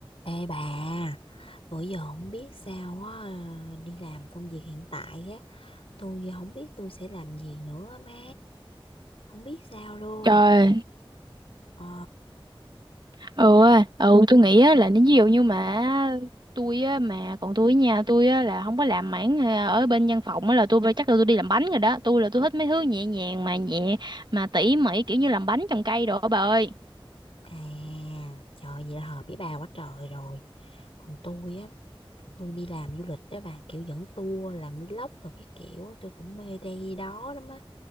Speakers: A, on the left; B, on the right.
A: Ê bà, bữa giờ không biết sao á, ờ, đi làm công việc hiện tại á, tôi không biết tôi sẽ làm gì nữa á má, không biết sao luôn.
B: Trời,
A: Ờ,
B: ừ, á, ừ tôi nghĩ á, là nếu ví dụ như mà tôi á, mà còn tôi nha tôi á, là không có làm mảng à, ở bên văn phòng á, là tôi phải- chắc là tôi đi làm bánh rồi đó tôi là tôi thích mấy thứ nhẹ nhàng mà nhẹ mà tỉ mỉ kiểu như làm bánh trồng cây đồ á bà ơi
A: à, trời vậy là hợp với bà quá trời rồi. Còn tôi á, tôi đi làm du lịch đó bà, kiểu dẫn tour, làm vlog rồi cái kiểu, á, tôi cũng mê đây đó lắm á.